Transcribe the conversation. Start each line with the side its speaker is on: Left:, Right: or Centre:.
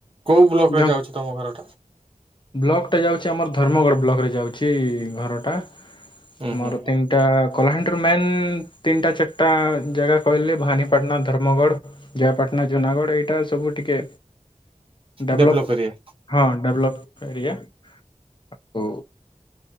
Right: କୋଉ ବ୍ଲକରେ
Left: ଯ
Right: ଯାଉଛି ତମ ଘରଟା?
Left: ବ୍ଲକଟା ଯାଉଛି ଆମର ଧର୍ମଗଡ଼ ବ୍ଲକରେ ଯାଉଛି ଘରଟା।
Right: ଉଁ
Left: ଆମର
Right: ହୁଁ
Left: ତିନିଟା କଳାହାଣ୍ଡି ମେନ୍ ତିନିଟା ଚାରିଟା ଜାଗା କହିଲେ ଭାନିପାଟଣା ଧର୍ମଗଡ ଜୟପାଟଣା ଯୋଉ ନୟାଗଡ଼ ଏଇଟା ସବୁ ଟିକେ ଡେଭଲପ
Right: ଡେଭଲପ୍ ଏରିଆ।
Left: ହଁ ଡେଭଲପ। କାରିଆ ଆ ଉ।